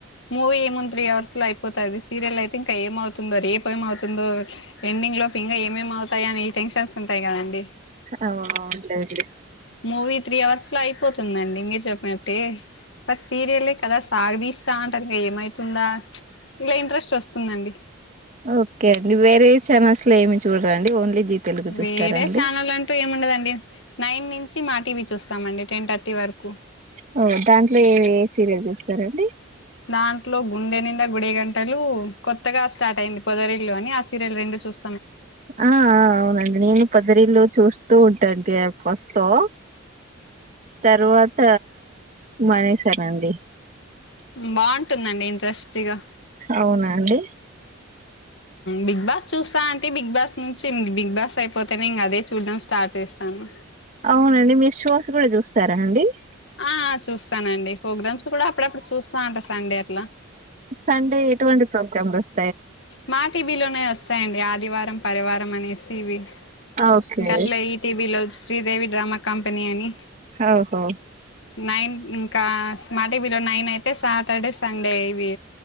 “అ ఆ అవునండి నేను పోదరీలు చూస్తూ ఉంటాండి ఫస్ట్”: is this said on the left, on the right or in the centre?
Right